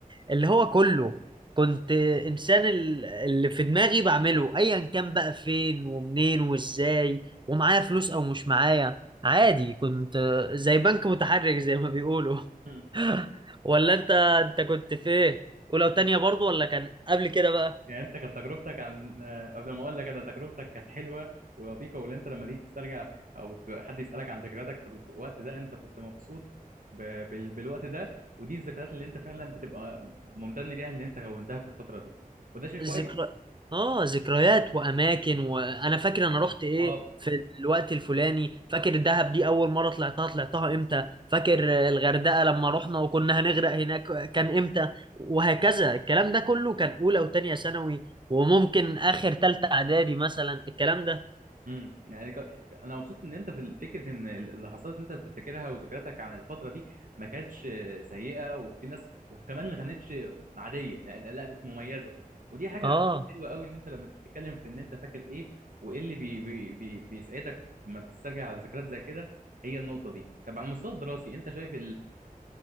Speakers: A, on the right; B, on the right.
A: اللي هو كله كنت انسان ال- اللي في دماغي بعمله ايا كان بقى فين ومنين وازاي ومعايا فلوس او مش معايا عادي كنت زي بنك متحرك زي ما بيقولوا
B: امم
A: <laughs> ولا انت انت كنت في ايه ولو تانية برضو ولا كان قبل كده بقى
B: يعني انت كانت تجربتك عن آه، قبل ما اقول لك انا تجربتك كانت حلوه ولطيفه واللي انت لما تيجي تسترجع او ت- حد يسالك عن ذكرياتك في ال- في الوقت ده انت كنت مبسوط ب... بال... بالوقت ده ودي الذكريات اللي انت فعلا بتبقى ممتن ليها اللي انت كونتها في الفتره دي وده شيء كويس
A: ذكرى اه ذكريات واماكن وانا فاكر انا رحت ايه
B: اه
A: في الوقت الفلاني فاكر الدهب دي اول مره طلعتها طلعتها امتى فاكر الغردقه لما رحنا وكنا هنغرق هناك كان امتى وهكذا الكلام ده كله كان اولى وتانية ثانوي وممكن اخر تالتة اعدادي مثلا الكلام ده
B: امم يعني ك- انا مبسوط ان انت في ال- فكره ان اللي حصلت انت بتفتكرها وذكرياتك عن الفتره دي ما كانتش سيئه وفي ناس وكمان ما كانتش عاديه لا ده- لا كانت مميزه ودي حاجه
A: اه
B: حلوه قوي ان انت لما تتكلم في ان انت فاكر ايه وايه اللي بي بي بي بيسعدك لما تسترجع على ذكريات زي كده هي النقطه دي طب على المستوى الدراسي انت شايف